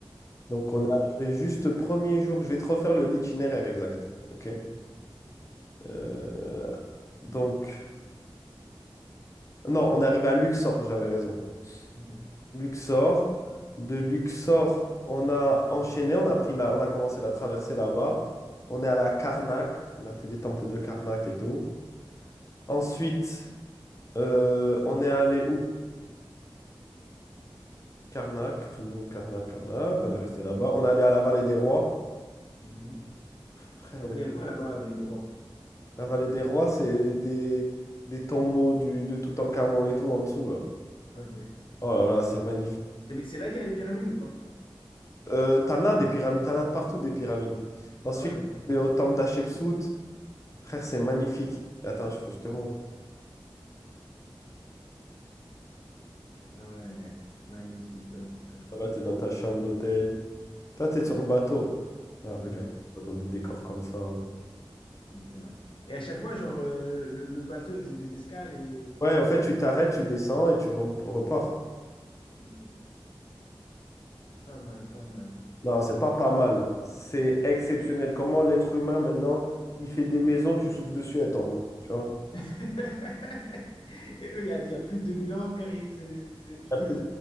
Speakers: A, on the left; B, on the left.
A: Donc,
B: Ok.
A: on est arrivé juste le premier jour. Je vais te refaire le- l'itinéraire exact. OK?
B: Mhm.
A: Euh, Donc, non, on est arrivé à Luxor, j'avais raison.
B: OK.
A: Luxor. De Luxor, on a enchaîné, on a pris la, on a commencé la traversée là-bas. On est allé à Karnak, on a fait les temples de Karnak et tout. Ensuite, euh, on est allé où? Karnak, toujours Karnak, Karnak. On est resté là-bas. On est allé à la vallée des rois.
B: Mhm.
A: Frère,
B: Donc,
A: mais
B: il y a quoi là-bas à Vallée des Rois?
A: la vallée des rois, c'est des, des tombeaux du, de Toutankhamon et tout en dessous, là.
B: OK.
A: Oh là là, c'est magnifique.
B: C'est c'est là qu'il y a les pyramides ou pas?
A: Euh, t'en as des pyramides, t'en as partout des pyramides. Ensuite,
B: Ah ouais.
A: on est au temple d'Hatchepsout. Frère, c'est magnifique. Attends, je, je te montre.
B: Ah ouais. Magnifique. Oh putain.
A: Là, tu es dans ta chambre d'hôtel. Toi, tu es sur le bateau. Là, regarde,
B: Ouais,
A: dans des décors comme ça.
B: putain. Et à chaque fois, genre, euh, le, le bateau, il faisait des escales et... vous-
A: Ouais, en fait, tu t'arrêtes, tu descends et tu rem- repars.
B: OK. Pas mal, pas mal.
A: Non, c'est pas pas mal. C'est exceptionnel. Comment l'être humain, maintenant, il fait des maisons, tu souffles dessus, attends. Tu vois?
B: <laughs> Et eux, il y a, il y a plus de 2000 ans, frère, ils faisaient des, des édifices.
A: Il y a plus,